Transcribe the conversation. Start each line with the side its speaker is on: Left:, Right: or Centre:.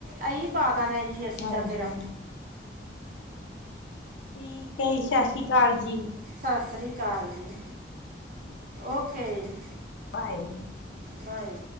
Right: ਐਂਈ ਪਾ ਦੇਣੇ ਆ ਜੀ ਅਸੀਂ
Left: ਹਾਂਜੀ
Right: ਤਾਂ ਫੇਰ।
Left: ਠੀਕ ਹੈ ਜੀ, ਸਤਿ ਸ਼੍ਰੀ ਅਕਾਲ ਜੀ।
Right: ਸਤਿ ਸ਼੍ਰੀ ਅਕਾਲ ਜੀ,
Left: ਠੀਕ ਐ
Right: ਓਕੇ ਜੀ।
Left: ਬਾਏ।
Right: ਬਾਏ।